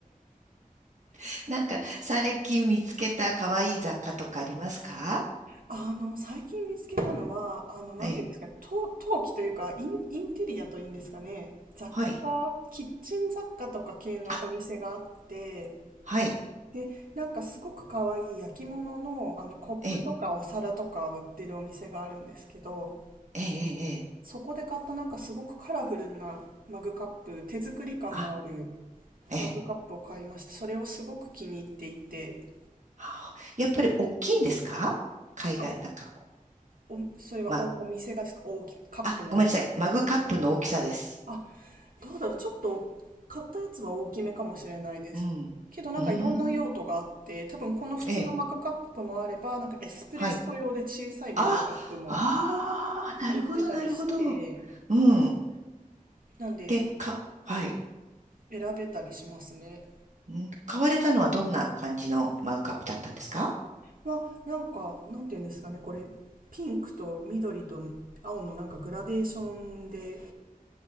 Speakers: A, on the right; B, on the right.
A: <laughs> なんか、最近見つけた可愛い雑貨とかありますか
B: あの、最近見つけたのは、あの、なんていうんですか、
A: ええ。
B: 陶、陶器というか、イン、インテリアというんですかね、雑貨、
A: はい。
B: キッチン雑貨とか系のお店があって、
A: あ、はい。
B: で、なんかすごく可愛い焼き物の、あの、コップとかお皿とかを売ってるお店があるんですけど、
A: ええ、ええ、ええ。ええ
B: そこで買ったなんかすごくカラフルなマグカップ、手作り感のある
A: あ、ええ。
B: マグカップを買いましたそれをすごく気に入っていて、
A: あやっぱり大きいんですか海外、
B: あ、
A: なんか、
B: お、それはお、
A: ま、
B: お店がですか、大き、カップの。
A: あ、ごめんなさい。マグカップの大きさです。
B: あ、どうだろう、ちょっと買ったやつは大きめかもしれないです。
A: うん。
B: けどなんかいろんな用途があって、
A: うーん。
B: 多分この普通のマグカップもあれば、
A: ええ。
B: なんかエスプレッソ用で小さいマグカップも
A: はい。あ、ああ、なるほど、
B: 売ってたりして、
A: なるほど。うん。
B: なんで
A: で、か、はい。
B: 選べたりしますね。
A: ん買われたのはどんな感じのマグカップだったんですか
B: は、なんか、なんて言うんですかね、これ、ピンクと緑と青のなんかグラデーションで、